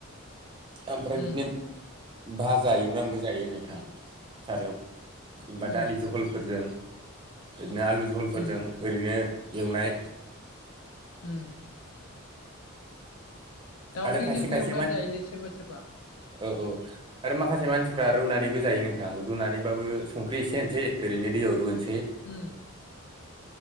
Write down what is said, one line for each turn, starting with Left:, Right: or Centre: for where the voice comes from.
Right: ओमफ्राय
Left: उम
Right: बिदिनो भाजा एवनानैबो जायो नोंथां सारायाव जेनबा
Left: उम
Right: दालि जहलफोरजों इदनो आलु जहलफोरजों
Left: उम
Right: ओरैनो एवनाय
Left: <unintelligible> दाउदैजोंबो
Right: आरो खायसे खायसे
Left: एवनानै
Right: मानसि
Left: जायोलै सोरबा सोरबा
Right: औ औ आरो माखासे मानसिफ्रा रुनानैबो जायो नोंथां रुनानैबाबो संख्रि एसे होनसै ओरैनो दैयाव रुनोसै
Left: <unintelligible>